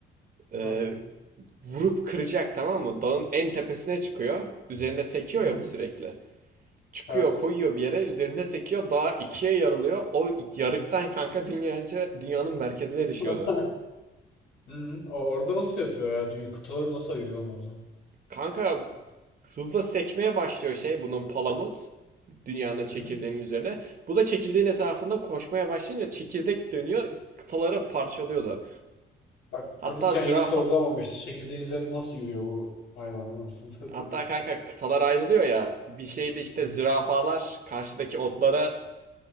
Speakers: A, on the right (about 45°); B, on the left (about 80°).
A: Ee,
B: ne yapıyor?
A: vurup kıracak tamam mı? Dağın en tepesine çıkıyor. üzerinde sekiyor
B: Hı hı.
A: ya bu sürekli. Çıkıyor
B: Evet.
A: koyuyor bir yere üzerinde sekiyor dağ ikiye yarılıyor. O yarıktan kanka dünyaca dünyanın merkezine düşüyordu.
B: Hı hı. O- Orada nasıl yapıyor ya? Dünya kıtaları nasıl ayırıyor oğlum oradan?
A: Kanka Hızla sekmeye başlıyor şey bunun palamut. Dünyanın çekirdeğinin
B: Hı hı.
A: üzerine. Bu da çekirdeğin etrafında koşmaya başlayınca çekirdek dönüyor. Kıtaları parçalıyordu.
B: Bak
A: Hatta
B: çocukken
A: zürafa
B: yine sorgulamamışız. Çekirdeğin üzerine nasıl yürüyor bu hayvan anasını satayım
A: hatta
B: ya.
A: kanka kıtalar ayrılıyor ya. Bir şeyde işte
B: Hı.
A: zürafalar karşıdaki otlara